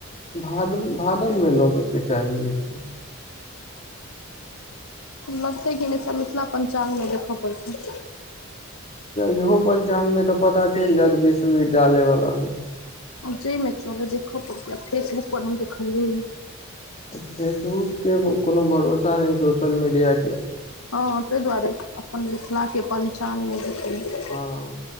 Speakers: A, on the left; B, on the left.
A: भाद भादवमे लोगके चाही लेकिन
B: लगतै कि नै मिथिला पञ्चांगमे देख पड़तै
A: तऽ इहो पंचांगमे तऽ पता चलि जायत विश्वविद्यालय वला मे
B: जै मे चलै देख पड़तै फेसबुक पर हम देखलियैया
A: फेसबुकके कोनु भरोसा नै सोशल मीडियाके
B: हँ तइ दुआरे अपन मिथिलाके पञ्चांगमे देखि
A: हँ